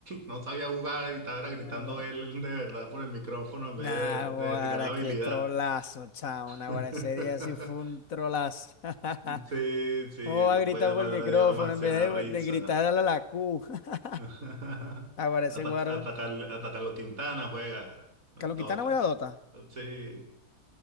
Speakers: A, on the right (about 65°); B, on the left (about 65°).
A: no sabía jugar y estaba gritando
B: ay, vale.
A: él de verdad por el micrófono en
B: Nah,
A: vez
B: ahora
A: de, de tirar la habilidad.
B: qué trolazo, chao. Ahora
A: <laughs>
B: ese día sí fue un trolazo. <laughs>
A: Sí, sí,
B: ¿Cómo va
A: eso
B: a gritar
A: fue, dem-
B: por
A: me
B: el micrófono
A: dio demasiada
B: en vez
A: risa.
B: de, de gritar a la Q? <laughs>
A: <laughs>
B: Ahora ese
A: Ataca,
B: guaro.
A: atacar, atacar los Quintana juega Dota.
B: Calokitana buena dota,
A: Sí,